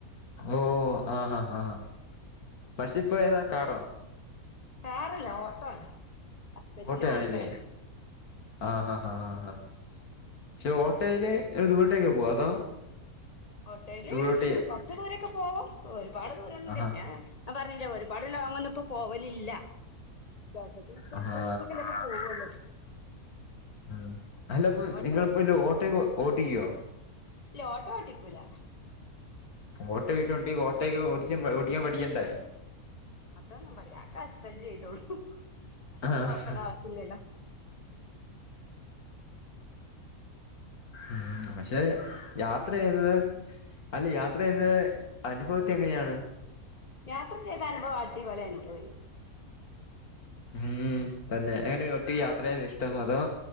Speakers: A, on the left; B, on the left.
A: ഓ ആഹാ, ആഹാ പക്ഷെ ഇപ്പോ ഏതാ കാറോ?
B: കാറല്ല ഓട്ടോ ആണ് ഹസ്ബന്റിന്റെ
A: ഓട്ടോയാണ്ല്ലെ
B: ഓട്ടോ ആണ്
A: ആഹ് ഹ ഹ ഹാ ഹ ക്ഷെ ഓട്ടയില് ദൂരെട്ടേക്ക് പോവാ അതോ
B: ഓട്ടയില്
A: ദൂരോട്ട്
B: ഉം കൊർച്ച് ദൂരൊക്കെ പോവും ഒരുപാട് ദൂരമൊന്നുല്ല
A: ആഹാ
B: ഞാൻ ഞാൻ പറഞ്ഞില്ലെ ഒരുപാട് ലോങ്ങൊന്നും ഇപ്പോ പോവലില്ല വഷത്തിനൊക്കെ
A: ആഹാ
B: കൊറൊച്ചൊക്കെ ആഹാ ഇപ്പ പോവല്ലോ
A: ഉം അല്ലപ്പോ
B: ഓട്ടോ
A: നിങ്ങളിപ്പൊ ല്ല ഓട്ടെ ഓട്ടിക്കോ?
B: ഇല്ല ഓട്ടോഓട്ടിക്കൂല.
A: ഓട്ടോ വീട്ടിലുണ്ടെങ്കി ഓട്ടയൊക്കെ ഓടിക്കാൻ ഓടിക്കാൻ പഠിക്കണ്ടേ.
B: അതോന്നും പഠിക്കുല അഹൊക്കെ ഹസ്ബന്റ് ചെയ്തോളും. നമ്മക്ക്
A: ആഹ്
B: നോക്കണ്ട ആവശ്യല്ലല്ലോ
A: ഉം പക്ഷെ യാത്ര ചെയ്യ്ന്നത് അല്ലെ യാത്ര ചെയ്യ്ന്നത് അനുഫവത്തി എങ്ങനെയാണ്?
B: യാത്ര ചെയ്ത അനുഭവം അടിപൊളി അനുഭവെയ്രുന്നു.
A: ഉം തന്നെ എങ്ങനെ ഒറ്റക്ക് യാത്രചെയ്യാൻ ഇഷ്ട്ടമോ അതോ